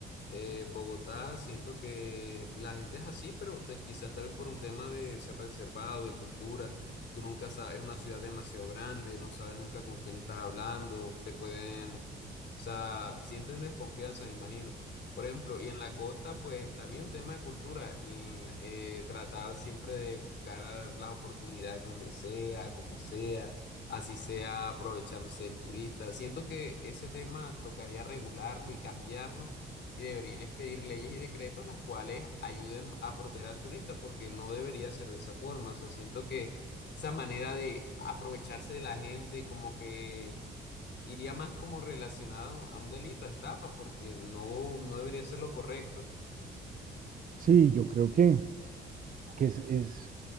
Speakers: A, on the left (about 60°); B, on the right (about 45°).
A: eh, Bogotá, siento que la gente es así, pero te- quizás también por un tema de ser reservado, de cultura. Tú nunca sabes, es una ciudad demasiado grande, no sabes nunca con quién estás hablando, te pueden, o sea, sienten desconfianza, me imagino. Por ejemplo, y en la costa, pues también un tema de cultura, el, eh, tratar siempre de buscar las oportunidades donde sea, como sea, así sea aprovechándose del turista. Siento que ese tema tocaría regularlo y cambiarlo y deberían expedir leyes y decretos las cuales ayuden a proteger al turista porque no debería ser de esa forma. O sea, siento que esa manera de aprovecharse de la gente, como que iría más como relacionado a un delito, a estafa, porque no, no debería ser lo correcto.
B: Sí, yo creo que, que es, es-